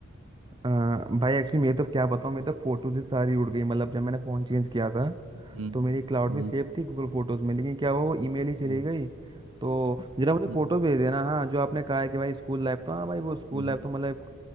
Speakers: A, on the right; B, on the right.
A: अ, भाई एक्चुअली मैं तो क्या बताऊँ मैं तो फोटो से सारी उड़ गई मतलब जब मैंने फ़ोन चेंज किया था
B: हम्म
A: तो मेरी क्लाउड
B: हम्म
A: में सेव थी गूगल फोटोज में लेकिन क्या हुआ वो ईमेल ही चली
B: हम्म
A: गई तो जरा मुझे
B: हम्म
A: फोटो भेज देना हाँ जो आपने कहा है कि भाई स्कूल लाइफ तो हाँ भाई वो स्कूल
B: हम्म
A: लाइफ तो मतलब